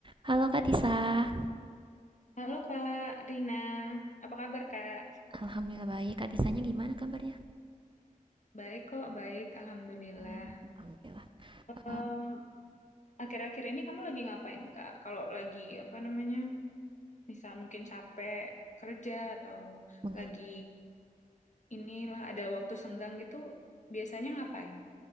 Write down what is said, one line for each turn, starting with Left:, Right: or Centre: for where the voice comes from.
Right: Halo Kak Tisa.
Left: Halo Kak Rina, apa kabar Kak?
Right: Alhamdulillah baik. Kak Tisanya gimana kabarnya?
Left: Baik kok, baik, Alhamdulillah.
Right: Baik, Alhamdulillah. Uh,
Left: Em, Akhir-akhir ini kamu lagi ngapain Kak? Kalau lagi apa namanya, misal mungkin capek kerja atau
Right: mengha-
Left: lagi inilah ada waktu senggang gitu, biasanya ngapain?